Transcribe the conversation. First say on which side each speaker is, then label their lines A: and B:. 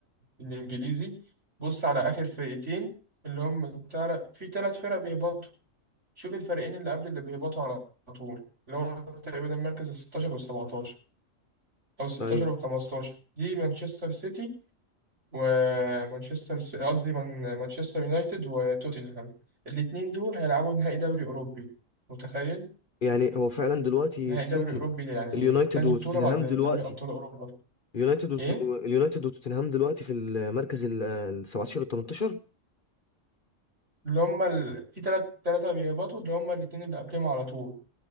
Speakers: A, on the right; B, on the left.
A: الإنجليزي بص على آخر فرقتين اللي هم تعرف في ثلاث فرق بيهبطوا شوف الفريقين اللي قبل اللي بيهبطوا على طول اللي هو تقريبا المركز ال 16 وال 17 او ال 16
B: ايوه
A: وال 15 دي مانشستر سيتي ومانشستر سي- قصدي من- مانشستر يونايتد وتوتنهام الاتنين دول هيلعبوا نهائي دوري اوروبي متخيل
B: يعني هو فعلا دلوقتي
A: نهائي
B: السيتي
A: دوري اوروبي ده يعني
B: اليونايتد
A: تاني
B: وتوتنهام
A: بطولة بعد دوري
B: دلوقتي
A: ابطال اوروبا
B: اليونايتد وت-
A: ايه
B: اليونايتد وتوتنهام دلوقتي في المركز ال ال 17 وال 18
A: اللي هما ال... في تلات تلاتة بيهبطوا اللي هما الاتنين اللي قبلهم على طول